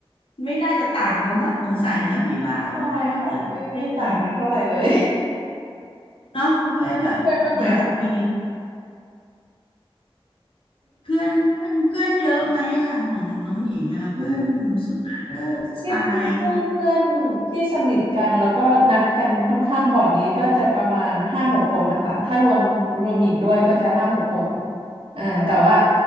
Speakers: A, on the left; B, on the right.
A: ไม่น่าจะต่างกันมั้งสงสัยนะพี่ว่าเพราะว่าถ้าเพื่อนได้เจอ
B: ใช่ค่ะไม่ไม่ต่างกันเท่าไหร่เลย
A: เนาะประเภทแบบอยากคุย
B: <laughs> เพื่อนบ้างไหมคะ
A: เพื่อนเพื่อนเพื่อนเยอะไหมอ่ะของน้องหญิงอ่ะเพื่อนส่วนมากก็สไตล์
B: อืม ที่จริงเพื่อนเพื่อนที่สนิทกันแล้วก็นัดกันค่อนข้างบ่อยนี้ก็จะประมาณห้าหกคนนะคะถ้ารวมรวมหญิงด้วยก็จะห้าหกคนอ่าแต่ว่า